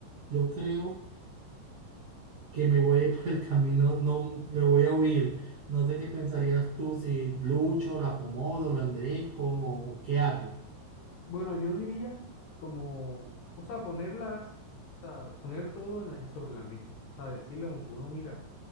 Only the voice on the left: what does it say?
Bueno, yo diría como, o sea, ponerlas, o sea, poner todo en la- sobre la mesa. O sea, decirle como que, bueno, mira